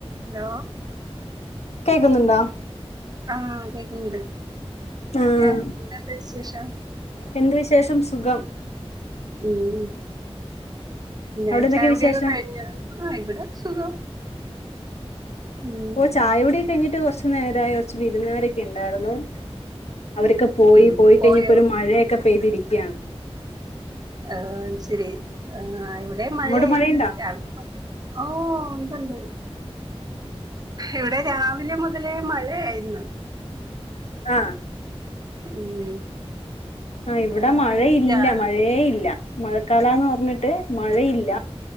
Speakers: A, on the right; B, on the left.
A: Hello
B: കേക്കുന്നുണ്ടോ
A: ആഹ് കേക്ക്ന്ന്ണ്ട് പിന്നെ
B: ആഹ്
A: എന്ത്‌ണ്ട് വിശേഷം
B: എന്ത് വിശേഷം സുഖം
A: ഉം പിന്നെ
B: അവിടെ എന്തൊക്കെ
A: ചായ കുടിയൊക്കെ
B: വിശേഷം
A: കഴിഞ്ഞോ ആഹ് ഇവടെ സുഖം ഉം
B: ഓ ചായയുടിയൊക്കെ കഴിഞ്ഞിട്ട് കൊർച്ച് നേരായി കൊർച്ച് വിരുന്നാരൊക്കെ ണ്ടാര്ന്നു അവരൊക്കെ പോയി
A: ഉം
B: പോയി കഴിഞ്ഞപ്പോ
A: പോയോ
B: ഒരു മഴയൊക്കെ പെയ്തിരിക്ക്യാണ്
A: ആ അത് ശെരി ആ ഇവടേം മഴയായ്ര്ന്ന്
B: അങ്ങോട്ട് മഴയുണ്ടോ
A: രാവിലെ മ ഓ ഉണ്ട് ണ്ട് ഇവടെ രാവിലെ മുതലേ മഴേര്ന്നു
B: ആഹ്
A: ഉം
B: ആ ഇവടെ
A: ആഹ്
B: മഴയില്ല
A: രാ
B: മഴയേ ഇല്ല മഴക്കാലാന്ന് പർഞ്ട്ട് മഴയില്ല